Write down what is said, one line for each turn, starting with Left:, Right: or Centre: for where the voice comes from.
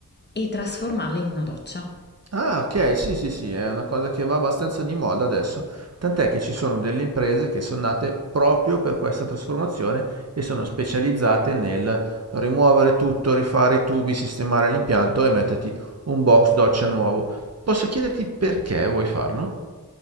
Left: e trasformarla in una doccia.
Right: Ah, ok, sì, sì, sì, è una cosa che va abbastanza di moda adesso, tant'è che ci sono delle imprese che sono nate proprio per questa trasformazione e sono specializzate nel rimuovere tutto, rifare i tubi, sistemare l'impianto e metterti un box doccia nuovo. Posso chiederti perché vuoi farlo?